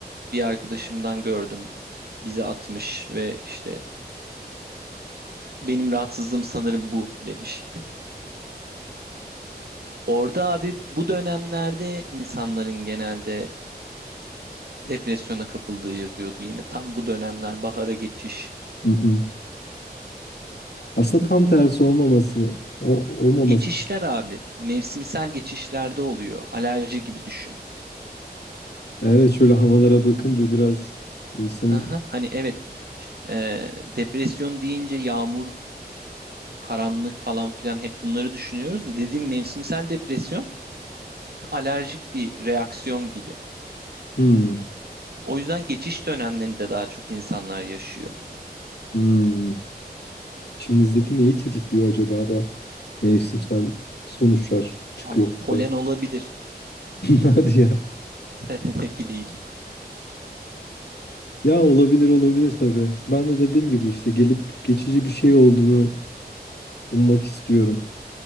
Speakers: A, on the right; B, on the left.
A: bir arkadaşımdan gördüm. Bize atmış ve işte benim rahatsızlığım sanırım bu demiş. Orada abi bu dönemlerde insanların genelde Depresyona kapıldığı yazıyordu yine. Tam bu dönemler bahara geçiş.
B: Hı hı. Aslında tam tersi olmaması o, olmaması.
A: Geçişler abi mevsimsel geçişlerde oluyor. Alerji gibi düşün.
B: Evet şöyle havalara bakınca biraz insan
A: Haha, Hani evet e, depresyon deyince yağmur, karanlık falan filan hep bunları düşünüyoruz da dediğim mevsimsel depresyon alerjik bir reaksiyon gibi.
B: Hmm.
A: O yüzden geçiş dönemlerinde daha çok insanlar yaşıyor.
B: Hmm. İçimizdeki neyi tetikliyor acaba da mevsimsel sonuçlar çıkıyor.
A: Valla polen
B: <laughs>
A: olabilir
B: Hadi ya.
A: <laughs> ne bileyim.
B: Ya olabilir olabilir tabii. Ben de dediğim gibi işte gelip geçici bir şey olduğunu ummak istiyorum.